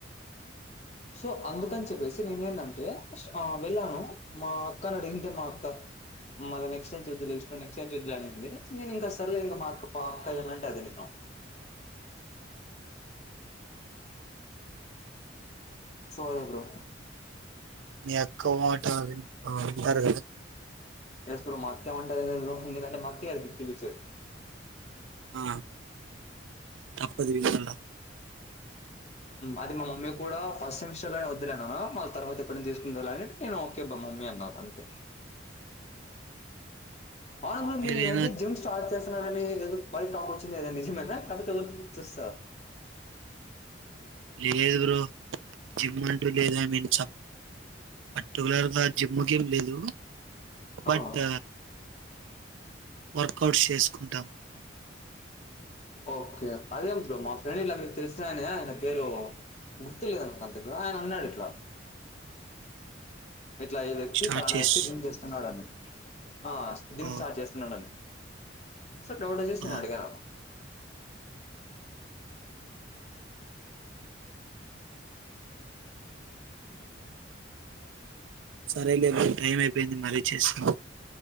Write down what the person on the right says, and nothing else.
మీ అక్క అంటారు
ఆ తప్పది వింట
మీరైనా
లే లేదు బ్రో జిమ్ అంటూ లేదు ఐ మీన్స్ పర్టికులర్గా జమ్మకేం లేదు బట్
వర్కౌట్స్ చేసుకుంటాం
స్టార్ట్
చేసి
ఓ
ఓ
సరే లే <unintelligible> టైం అయిపోయింది మర చేస్తా